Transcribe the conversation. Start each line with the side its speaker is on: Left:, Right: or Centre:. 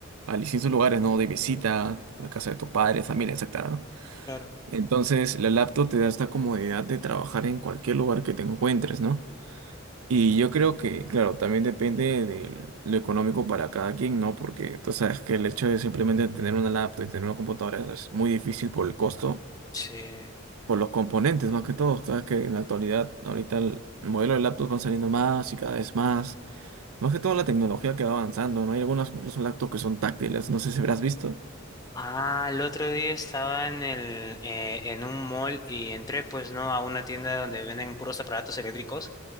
Right: a distintos lugares, ¿no? De visita, a la casa de tus padres, familia, etcétera, ¿no?
Left: claro.
Right: Entonces, la laptop te da esta comodidad de trabajar en cualquier lugar que te encuentres, ¿no? Y yo creo que, claro, también depende de lo económico para cada quien, ¿no? Porque tú sabes que el hecho de simplemente tener una laptop y tener una computadora es muy difícil por el costo,
Left: Sí.
Right: por los componentes, más que todo. Sabes que en la actualidad, ahorita el modelo de laptops van saliendo más y cada vez más. Más que todo la tecnología que va avanzando, ¿no? Hay algunas incluso laptops que son táctiles, no sé si habrás visto.
Left: Ah, el otro día estaba en el, eh, en un mall y entré, pues, ¿no? A una tienda donde venden puros aparatos eléctricos